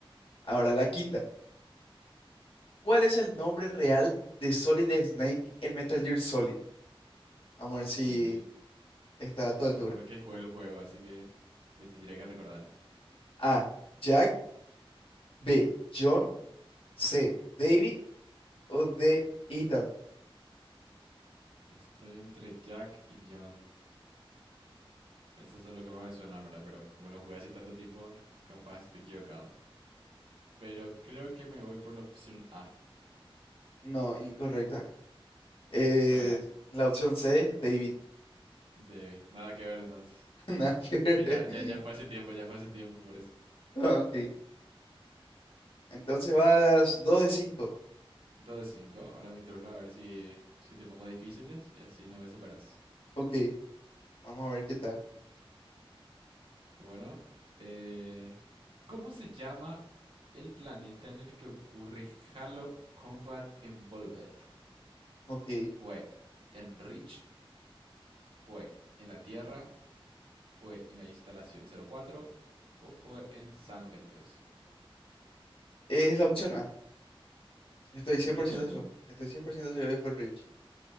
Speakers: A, on the left (about 70°); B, on the right (about 70°).
A: Ahora, la quinta. ¿Cuál es el nombre real de Solid Snake en Metal Gear Solid? Vamos a ver si
B: Uy, uy, uy.
A: está a tu altura.
B: Lo peor es que jugué el juego, así que me tendría que recordar.
A: A. Jack. B. John. C. David. O D. Ethan.
B: Estoy entre Jack y John. Esto es lo que más me suena, ¿verdad? Pero como lo jugué hace tanto tiempo, capaz estoy equivocado. Pero creo que me voy por la opción A.
A: No, incorrecta. Eh,
B: ¿Cuál era?
A: la opción C, David.
B: De nada que ver entonces.
A: <laughs> Nada que ver.
B: Es que ya, ya,
A: <laughs>
B: ya fue hace tiempo, ya fue hace tiempo por eso.
A: Ok, entonces vas 2 de 5.
B: Entonces cinco. Ahora mi turno a ver si, si te pongo difíciles y así no me superas.
A: Ok, vamos a ver qué tal.
B: Bueno, eh, ¿cómo se llama el planeta en el que ocurre Halo Combat Evolved?
A: Ok,
B: ¿Fue en Reach? ¿Fue en la Tierra? ¿Fue en la instalación 04? ¿O fue en Sangaleos?
A: es la opción A. Estoy
B: ¿En
A: 100%
B: Reach?
A: seguro. Estoy 100% seguro que fue Rich.